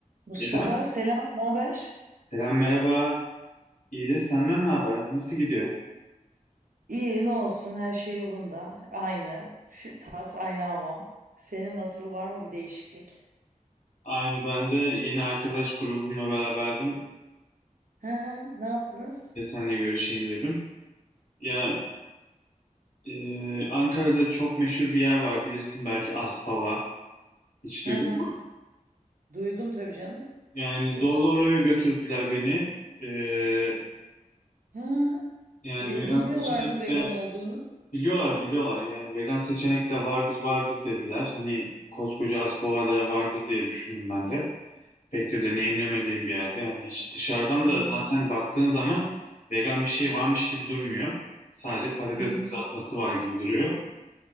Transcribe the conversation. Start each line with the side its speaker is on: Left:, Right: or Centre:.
Right: Mustafa
Left: İrem,
Right: selam, ne haber?
Left: selam merhaba. İyidir, senden ne haber? Nasıl gidiyor?
Right: İyi, ne olsun, her şey yolunda. Aynı. <laughs> Tas aynı hamam. Senin nasıl, var mı bir değişiklik?
Left: Aynı ben de yeni arkadaş grubumla beraberdim
Right: Hı hı, ne yaptınız?
Left: ve seninle görüşeyim dedim. Ya e, Ankara'da çok meşhur bir yer var bilirsin belki Aspava. Hiç
Right: Hı
Left: duydun
Right: hı,
Left: mu?
Right: duydum tabii canım.
Left: Yani
Right: E,
Left: zorla
Right: s-
Left: oraya götürdüler beni. E,
Right: Hı,
Left: yani
Right: e,
Left: vegan
Right: bilmiyorlar
Left: seçenek
Right: mı vegan
Left: de
Right: olduğunu?
Left: biliyorlar biliyorlar. Yani vegan seçenek de vardır vardır dediler. Hani koskoca Aspava'da vardır diye düşündüm ben de. Pek de deneyimlemediğim bir yerde yani hiç dışarıdan
Right: Hı
Left: da
Right: hı,
Left: zaten baktığın zaman vegan bir şey varmış gibi durmuyor. Sadece patates
Right: hı hı.
Left: kızartması var gibi duruyor.